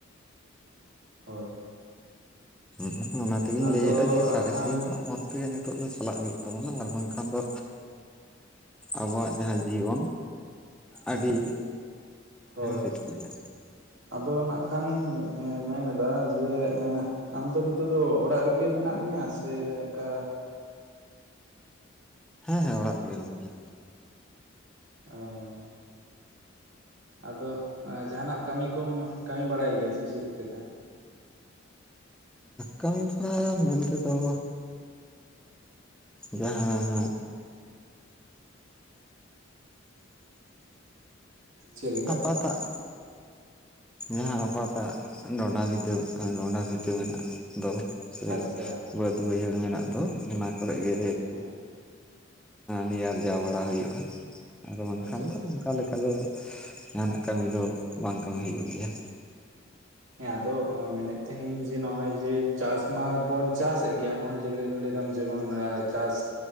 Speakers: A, on the right; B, in the centre.
A: ᱦᱚᱭ
B: ᱦᱮᱸ ᱚᱱᱟ ᱛᱮᱜᱤᱧ
A: ᱟᱫᱚ
B: ᱞᱟᱹᱭᱮᱫ-ᱟ ᱡᱮ
A: ᱦᱟᱸᱜ
B: ᱥᱟᱬᱮᱥᱤᱭᱟᱹ
A: ᱠᱷᱟᱱ
B: ᱠᱚᱣᱟᱜ ᱢᱚᱛ ᱛᱮᱜᱮ ᱱᱤᱛᱚᱜ ᱫᱚ ᱪᱟᱞᱟᱜ ᱦᱩᱭᱩᱜ ᱛᱟᱵᱚᱱᱟ ᱟᱨ ᱵᱟᱝᱠᱷᱟᱱ ᱫᱚ ᱟᱵᱚᱣᱟᱜ ᱡᱟᱦᱟᱸ ᱡᱤᱭᱚᱱ ᱟᱹᱰᱤ
A: ᱦᱚᱭ
B: ᱦᱮᱸ ᱥᱮ ᱪᱮᱫ ᱞᱮᱠᱟ
A: ᱟᱫᱚ ᱱᱟᱜᱠᱷᱟᱱ ᱢᱮᱱᱮᱫᱟ ᱡᱮ ᱟᱢᱫᱚ ᱱᱤᱛᱚᱜ ᱫᱚ ᱚᱲᱟᱜ ᱨᱮᱜᱮ ᱢᱮᱱᱟᱜ ᱢᱮᱭᱟ ᱥᱮ ᱚᱱᱠᱟ
B: ᱦᱮᱸᱻᱦᱮᱸ ᱚᱲᱟᱜ ᱨᱮᱜᱮ ᱢᱤᱱᱟᱹᱧᱟ
A: ᱚ ᱟᱫᱚ ᱡᱟᱦᱟᱱᱟᱜ ᱠᱟᱹᱢᱤ ᱠᱚᱢ ᱠᱟᱹᱢᱤ ᱵᱟᱲᱟᱭ ᱜᱮᱭᱟ ᱥᱮ ᱪᱮᱫ ᱞᱮᱠᱟ?
B: ᱠᱟᱹᱢᱤ ᱠᱚᱨᱟ ᱢᱮᱱ ᱛᱮᱫᱚ ᱡᱟᱦᱟᱸ
A: ᱪᱮᱫ ᱞᱮᱠᱟ
B: ᱟᱯᱟᱛᱟᱜ ᱡᱟᱦᱟᱸ ᱟᱯᱟᱛᱟᱜ ᱰᱚᱸᱰᱟ ᱵᱷᱤᱴᱟᱹ- ᱰᱚᱸᱰᱟ ᱵᱤᱴᱟᱹ ᱢᱮᱱᱟᱜ ᱫᱚ ᱥᱮ
A: ᱟᱪᱪᱷᱟ
B: ᱵᱟᱹᱫᱽ
A: ᱟᱪᱪᱷᱟ
B: ᱵᱟᱹᱭᱦᱟᱹᱲ ᱢᱮᱱᱟᱜ ᱟᱫᱚ ᱚᱱᱟ ᱠᱚᱨᱮ ᱜᱮ
A: ᱦᱮᱸ
B: ᱱᱮ ᱟᱨᱡᱟᱣ ᱵᱟᱲᱟ ᱦᱩᱭᱩᱜ-ᱟ᱾ ᱟᱨᱫᱚ ᱵᱟᱝᱠᱷᱟᱱ
A: ᱟᱪᱪᱷᱟ ᱟᱪᱪᱷᱟ
B: ᱫᱚ ᱚᱱᱠᱟ ᱞᱮᱠᱟ ᱫᱚ ᱡᱟᱦᱟᱱᱟᱜ ᱠᱟᱹᱢᱤ ᱫᱚ ᱵᱟᱝ ᱠᱟᱹᱢᱤ ᱦᱩᱭᱩᱜ ᱜᱮᱭᱟ
A: ᱦᱮᱸ ᱟᱫᱚ ᱢᱮᱱᱮᱫ ᱛᱟᱦᱮᱸᱤᱧ ᱡᱮ ᱱᱚᱜ ᱚᱭ ᱡᱮ ᱪᱟᱥ ᱢᱟᱵᱚᱱ ᱪᱟᱥᱮᱫ ᱜᱮ ᱟᱢ ᱦᱚᱸ ᱡᱟᱹᱭ ᱞᱟᱹᱭᱫᱟᱢ ᱡᱮᱢᱚᱱ ᱪᱟᱥ